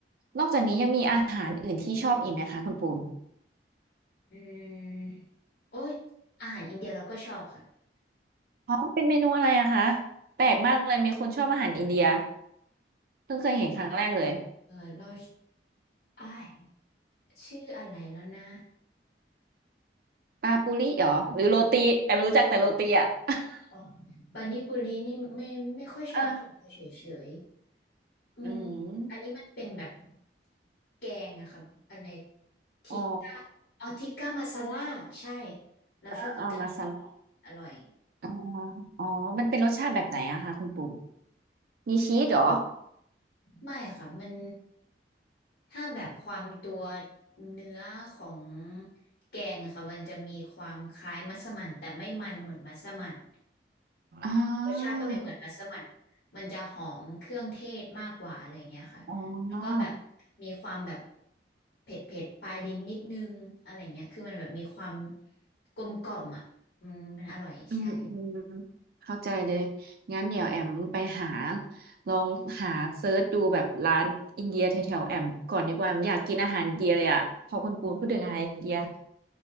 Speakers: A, on the right; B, on the left.
A: นอกจากนี้ยังมีอาหารอื่นที่ชอบอีกไหมคะคุณปูน
B: อืมโอ้ยอาหารอินเดียเราก็ชอบค่ะ
A: อ๋อเป็นเมนูอะไรอะคะแปลกมากเลยมีคนชอบอาหารอินเดีย เพิ่งเคยเห็นครั้งแรกเลย
B: เออเราอ้ายชื่ออะไรแล้วนะ
A: ปาปูริเหรอหรือโรตีแอมรู้จักแต่โรตีอ่ะ <laughs>
B: อ๋อปานิปุรีนี่ไม่ไม่ค่อยชอบกินเฉยเฉย
A: เออ
B: ๆมัน
A: อืม
B: อันนี้มันเป็นแบบแกงอะครับอะไรทิกก้าอ๋อทิกก้ามาซาล่าใช่
A: อ๋อ
B: เราชอบทิกก้ามาซาล่าอร่อย
A: อ่าอ่ามาซาระอ่าออ๋อมันเป็นรสชาติแบบไหนอะคะคุณปุ่นมีชีสเหรอ
B: ไม่ค่ะมันถ้าแบบความตัวเนื้อของแกงอะค่ะมันจะมีความคล้ายมัสมั่นแต่ไม่มันเหมือนมัสมั่น
A: อ่
B: รสชาติก็ไม่เหมือนมัสมั่น
A: า
B: มันจะหอมเครื่องเทศมากกว่าอะไรเงี้ยค่ะ
A: อ๋อ
B: แล้วก็แบบมีความแบบเผ็ดเผ็ดปลายลิ้นนิดนึงอะไรเงี้ยคือมันแบบมีความกลมกล่อมอ่ะมันมันอร่อยใช่
A: อืมอืมเข้าใจเลยงั้นเดี๋ยวแอมไปหาลองหาเซิร์ชดูแบบร้านอินเดียแถวๆแอมก่อนดีกว่าแอมอยากกินอาหารอินเดียเลยอะพอคุณปูนพูดถึงอาหารอินเดีย